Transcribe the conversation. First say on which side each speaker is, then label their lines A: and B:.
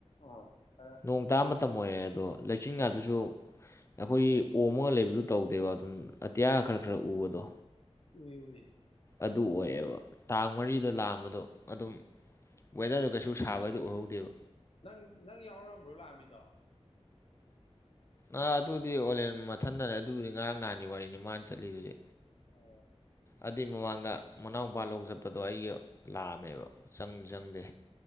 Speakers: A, on the left; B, on the left.
A: ꯑꯣ ꯈꯔ
B: ꯅꯣꯡ ꯇꯥꯕ
A: ꯑꯥ
B: ꯃꯇꯝ ꯑꯣꯏꯌꯦ ꯑꯗꯣ ꯂꯩꯆꯤꯟꯀꯥꯗꯨꯁꯨ ꯑꯩꯈꯣꯏꯒꯤ ꯑꯣꯝꯃꯒ ꯂꯩꯕꯗꯨ ꯇꯧꯗꯦꯕ ꯑꯗꯨꯝ ꯑꯇꯤꯌꯥ ꯈꯔ ꯈꯔ ꯎꯕꯗꯣ
A: ꯎꯏ ꯎꯏ
B: ꯑꯗꯨ ꯑꯣꯏꯑꯦꯕ ꯇꯥꯡ ꯃꯔꯤꯗ ꯂꯥꯛꯑꯝꯕꯗꯣ ꯑꯗꯨꯝ ꯋꯦꯗꯔꯗ ꯀꯩꯁꯨ ꯁꯥꯕꯗꯣ ꯎꯍꯧꯗꯦꯕ
A: ꯅꯪ ꯅꯪ ꯌꯥꯎꯔꯛꯑꯝꯕ꯭ꯔꯣ ꯂꯥꯛꯑꯝꯃꯤꯗꯣ
B: ꯑ ꯑꯗꯨꯗꯤ ꯑꯣꯟꯂꯦꯟ ꯃꯊꯟꯗꯅꯦ ꯑꯗꯨꯕꯨꯗꯤ ꯉꯔꯥꯡ ꯅꯍꯥꯟꯒꯤ ꯋꯥꯔꯤꯅꯤ ꯃꯥꯅ ꯆꯠꯂꯤꯗꯨꯗꯤ
A: ꯑꯣ
B: ꯑꯗꯨꯏ ꯃꯃꯥꯡꯗ ꯃꯅꯥꯎꯄꯥ ꯂꯧ ꯆꯠꯄꯗꯣ ꯑꯩꯒꯤ ꯂꯥꯛꯑꯝꯃꯦꯕ ꯆꯪ ꯆꯪꯗꯦ